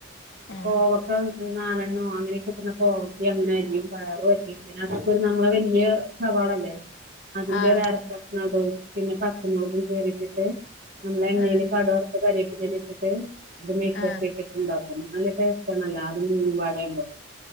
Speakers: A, on the left; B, on the right.
A: ആഹ്
B: കോവയ്ക്ക നാലെണ്ണ ണ്ണോം അങ്ങനെ കിട്ടുന്ന കോവയ്ക്കേം അങ്ങനെ അരിയും പയറും അരിയും പിന്നെ അതുപോലെ നമ്മളെ വലിയ സവാളയില്ലേ അതിന്റെ
A: ആഹ്
B: ഒരു അരകഷ്ണംടും പിന്നെ പച്ചമുളകും കീറി ഇട്ടിട്ട് നമ്മൾ എണ്ണയിൽ
A: ആഹ്
B: കടുവറുത്ത് കറിവേപ്പിലല്ലാം ഇട്ടിട്ട് ഇത് മേഴുക്കുപരട്ടികേ
A: ആഹ്
B: ഉണ്ടാവും നല്ല ടേസ്റ്റ് ആണല്ല അത് മൂന്നും പാടയുമ്പം